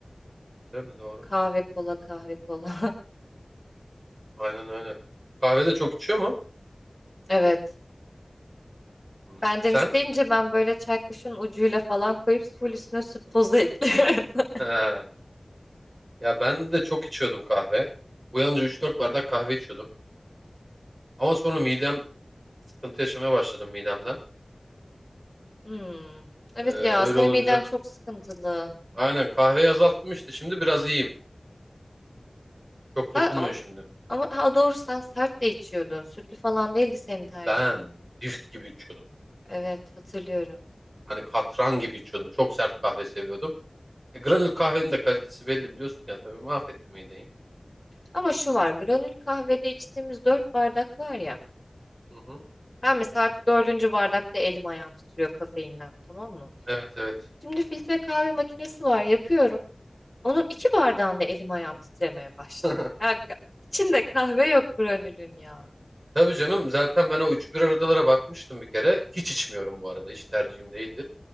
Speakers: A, on the right; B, on the left.
A: Tabii doğru.
B: Kahve kola kahve kola.
A: Aynen öyle. Kahve de çok içiyor mu?
B: <laughs> Evet.
A: Hmm.
B: Benden
A: Sen?
B: isteyince ben böyle çay kaşığının ucuyla falan koyup full üstüne süt tozu ekliyorum. <laughs>
A: He. Ya ben de çok içiyordum kahve. Uyanınca üç dört bardak kahve içiyordum. Ama sonra midem sıkıntı yaşamaya başladım midemden.
B: Hmm. Evet
A: Ee, öyle
B: ya senin
A: olunca.
B: miden çok sıkıntılı.
A: Aynen kahveyi azalttım işte şimdi biraz iyiyim. Çok dokunmuyor
B: Sen ama,
A: şimdi.
B: ama ha doğru sen sert de içiyordun. Sütlü falan değildi senin tercihin.
A: Ben cift gibi içiyordum.
B: Evet hatırlıyorum.
A: Hani katran gibi içiyordum. Çok sert kahve seviyordum. E, granül kahvenin de kalitesi belli biliyorsun ya tabii mahvetti mideyi.
B: Ama şu var granül kahvede içtiğimiz dört bardak var ya.
A: Hı hı.
B: Ben mesela artık dördüncü bardakta elim ayağım titriyor kafeinden tamam mı?
A: Evet evet.
B: Şimdi filtre kahve makinesi var yapıyorum. Onun iki bardağında elim ayağım titremeye başlıyor.
A: <laughs>
B: Ya, ka- içinde kahve yok granülün ya.
A: Tabii canım zaten ben o üç bir aradalara bakmıştım bir kere. Hiç içmiyorum bu arada. Hiç tercihim değildir.